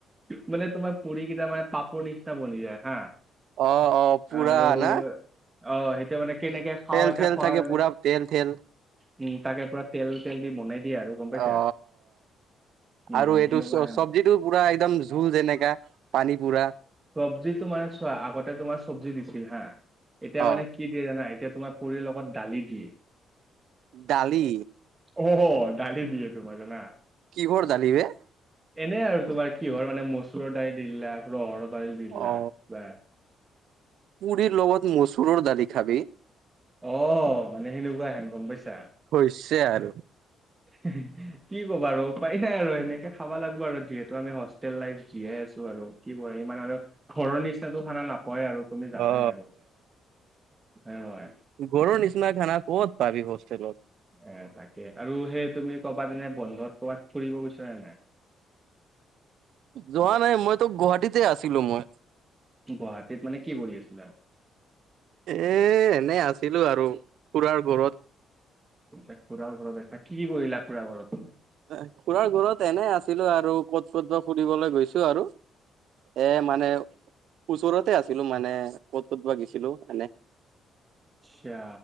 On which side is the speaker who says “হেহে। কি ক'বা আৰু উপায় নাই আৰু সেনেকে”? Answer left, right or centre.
Right